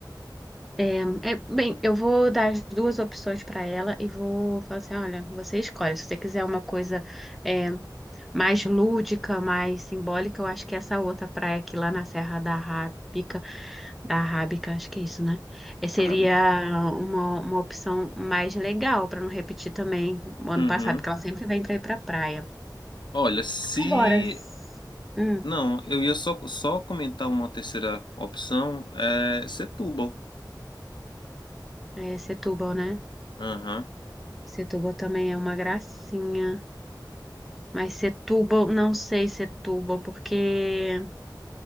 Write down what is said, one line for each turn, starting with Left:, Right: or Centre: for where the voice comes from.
Centre: É, é, bem, eu vou dar as duas opções para ela e vou falar assim: olha, você escolhe. Se você quiser uma coisa é, mais lúdica, mais simbólica, eu acho que essa outra praia aqui lá na Serra da Rábica, da Rábica, acho que é isso, né? Eh, seria
Left: sabe?
Centre: uma, uma opção mais legal para não repetir também o ano
Left: Uhum.
Centre: passado, porque ela sempre vem para ir para praia.
Left: Olha, se
Centre: Agora, s- Hum,
Left: Não, eu ia só, só comentar uma terceira opção, é Setúbal.
Centre: é Setúbal, né?
Left: Aham,
Centre: Setúbal também é uma gracinha. Mas Setúbal, não sei Setúbal, porque